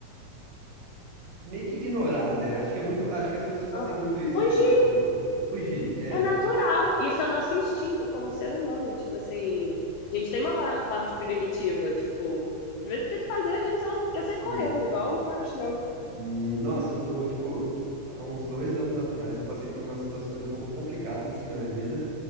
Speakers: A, on the right (about 70°); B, on the left (about 80°).
A: meio que ignorar, né? Acho que é muito, acho que as pessoas fazem
B: Uhum.
A: muito isso
B: Fugir
A: às vezes, tipo, fugir. É,
B: é natural. Isso é o nosso instinto como ser humano. Tipo assim, a gente tem uma parte primitiva, tipo, às vezes tem que fazer, a gente só quer
A: sim.
B: sair correndo, igual o Forrest Gump.
A: E, nossa, eu tô, tipo, há uns dois anos atrás eu passei por umas situações um pouco complicadas, assim, na vida.